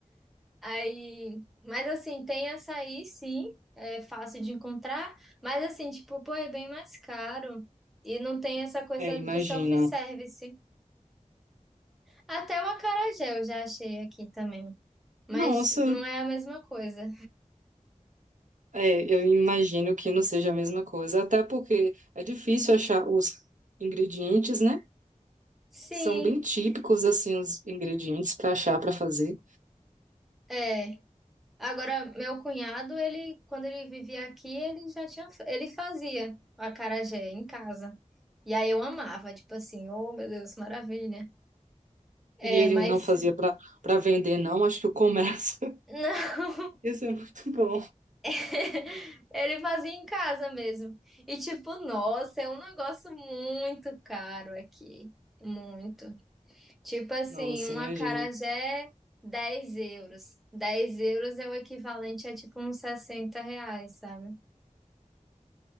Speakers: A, in the centre; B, on the right.
A: Aí, mas assim, tem açaí, sim, é fácil de encontrar, mas assim, tipo, pô, é bem mais caro e não tem essa coisa
B: É, imagina.
A: do self-service. Até o acarajé eu já achei aqui também, mas
B: Nossa,
A: não é a mesma coisa.
B: é, eu imagino que não seja a mesma coisa, até porque é difícil achar os ingredientes, né?
A: Sim,
B: São bem típicos, assim, os ingredientes para achar, para fazer.
A: é. Agora, meu cunhado, ele, quando ele vivia aqui, ele já tinha, ele fazia o acarajé em casa. E aí eu amava, tipo assim, oh meu Deus, maravilha. É,
B: E ele
A: mas
B: não fazia para para vender, não. Acho que o comércio <laughs>
A: <laughs> não.
B: ia ser muito bom.
A: <laughs> Ele fazia em casa mesmo. E tipo, nossa, é um negócio muito caro aqui. Muito. Tipo assim,
B: Nossa,
A: um
B: imagina.
A: acarajé, 10 euros. 10 euros é o equivalente a tipo uns 60 reais, sabe?